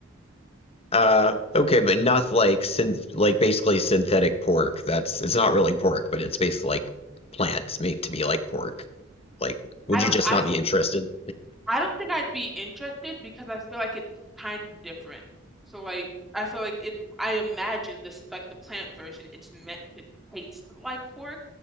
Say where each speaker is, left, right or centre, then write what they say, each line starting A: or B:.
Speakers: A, on the left; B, in the centre.
A: Uh, okay, but not like synth, like basically synthetic pork. That's it's not really pork, but it's basically like plants made to be like pork. Like, would
B: I don't
A: you just
B: I
A: not
B: feel
A: be interested?
B: I don't think I'd be interested because I feel like it's kind of different. So like I feel like it I imagine this like the plant version it's meant to taste like pork